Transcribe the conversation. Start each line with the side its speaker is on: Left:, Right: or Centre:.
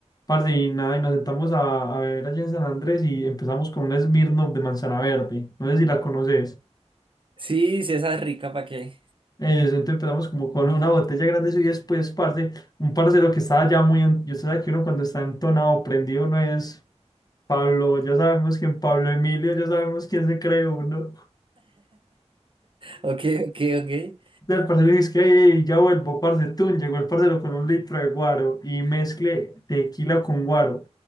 Left: parce, y nada, y nos sentamos a, a beber allí en San Andrés y empezamos con un Smirnoff de manzana verde, no sé si la conoces.
Right: Sí, sí, esa es rica, ¿para qué?
Left: Eh, entonces empezamos como con una botella grande eso, y después, parce, un parcero que estaba ya muy, en- yo sé que uno cuando está entonado, prendido, no es Pablo, ya sabemos quién Pablo Emilio, ya sabemos quién se cree uno.
Right: Ok, ok, ok.
Left: El parcero dice que "Ey, ya vuelvo, parce, tun, llegó el parcero con un litro de guaro y mezcle tequila con guaro.